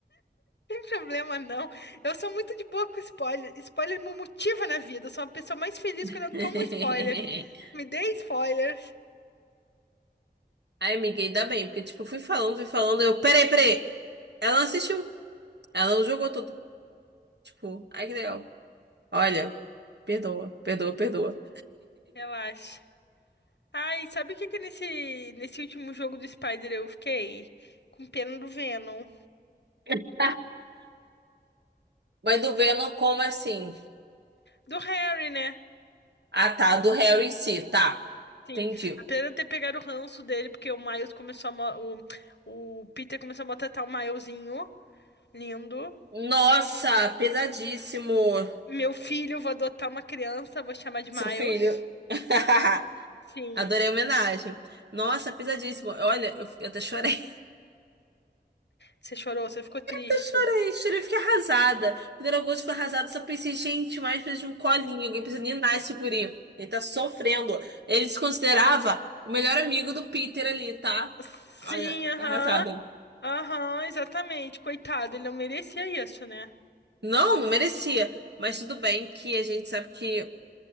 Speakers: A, on the left; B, on the right.
A: tem problema não. Eu sou muito de boa com spoiler. Spoiler me motiva na vida. Eu sou uma pessoa mais feliz quando
B: <laughs>
A: eu tomo um spoiler. Me dê spoilers.
B: Ai, amiga, ainda bem, porque, tipo, fui falando, fui falando, eu, peraí, peraí. Ela não assistiu. Ela não jogou tudo. Tipo, ai, que legal. Olha, perdoa, perdoa, perdoa.
A: Relaxa. Ai, sabe o que que nesse, nesse último jogo do Spider eu fiquei? Com pena do Venom.
B: <laughs> Mas do Venom, como assim?
A: Do Harry, né?
B: Ah, tá, do Harry em si, tá.
A: Sim.
B: Entendi.
A: Apesar de eu ter pegado o ranço dele, porque o Miles começou a... mo- O, o Peter começou a maltratar o Milesinho. Lindo.
B: Nossa, pesadíssimo,
A: Meu filho, eu vou adotar uma criança, vou chamar de
B: seu
A: Miles.
B: filho. <laughs>
A: Sim.
B: Adorei a homenagem. Nossa, pesadíssimo. Olha, eu, eu até chorei.
A: Você chorou, você ficou triste.
B: Eu chorei, chorei, fiquei arrasada. Quando era agosto, fiquei arrasada, só pensei, gente, mais precisa de um colinho, alguém precisa ninar esse guri. Ele tá sofrendo. Ele se considerava o melhor amigo do Peter ali, tá?
A: Sim,
B: Olha, eu
A: aham.
B: fiquei arrasada.
A: Aham, exatamente. Coitado, ele não merecia isso, né?
B: Não, não merecia. Mas tudo bem que a gente sabe que